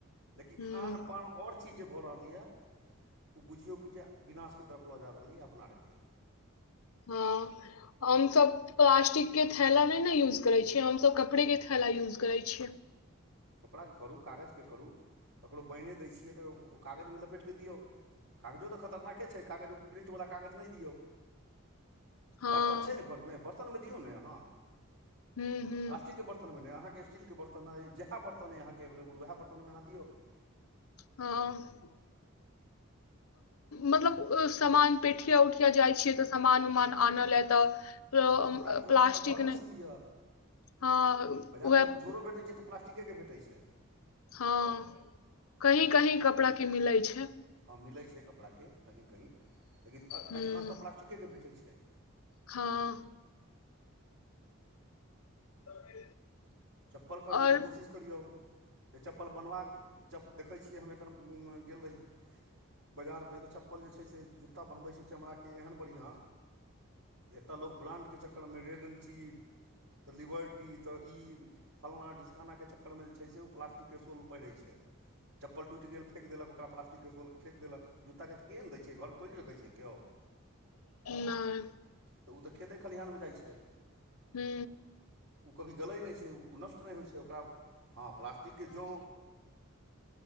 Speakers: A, on the right (about 65°); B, on the left (about 80°).
A: लेकिन
B: हूं
A: खान पान और। चीज जे भऽ रहलैएा ओ बुझियौ कि जे विनाशके तरफ लऽ जा रहल यऽ अपना आरके।
B: हँ हम सभ। प्लास्टिक के थैला नहि ने यूज करे छियै हमसभ कपड़े के थैला यूज करे छियै।
A: कपड़ाकेँ करू कागजके करू ककरो ‌पाईनेदय छियै तऽ ओ कागजमे लपेटि कऽ दियौ। कागजो तऽ खतरनाके छै कागज प्रिन्टवला कागज नहि दियौ।
B: <inaudible>
A: <inaudible>
B: हँ
A: चिलके बर्त अइ जह
B: हूं हूं
A: बतन अहाँके एवेलेबल वएह बर्तनमे अहाँियौ।
B: हँ। मतलब सामान पेठिया उठिया जाइ छियै तऽ सामान उमान आनय लए तऽ। प्ल-
A: अपन कपड़ाके झोरा
B: प्लास्टिक
A: अपना घरमे
B: नहि
A: सी लिअ
B: हँ
A: बाजारमे
B: उएह
A: झोरो भेटै छै तऽब। प्लास्टिकेके भेटै छै।
B: हँ कही कही कपड़ा केी मिलै छै।
A: हँ मिलैत छै कपड़ाके कहीँ कहीँ लेकिन अधिकांशतः
B: हूँ
A: प्लास्टिकेके भेटैत छै।
B: हँ। <inaudible>
A: चप्पल खर
B: आओर
A: दू त कोशिश। की करियौ त चप्पल बनबाक च देखै छियै हम एखन गेल रही। बाजारमे तऽ चप्पल जे छै से जूत्ता बनबै छी चमड़ाके एहन बढ़िआँ एतऽ लोक ब््राण्डके चक्करमे रेड एं ची तऽ लिबर्टी तऽ ई फल्लाँ ढिस्कानाके चक्करमे जे छै से ओ प्लास्टिकके शोल पहिरैत छैथ चप्पल टुईटगेल फेक देलकरा्लास्िकके सोलके फेक दलक जु ताके फेकिए न दै छै घर मे थोड़े नरखैरै छै केओ।
B: नहि।
A: तऽ ओ तऽ खेते खलिहानमे जाइ छै।
B: हू।
A: ओ कभी गलै नहि छै ओ नष्ट नहि होइ छै ओकरा। हँ प्लास्टिकके जँ।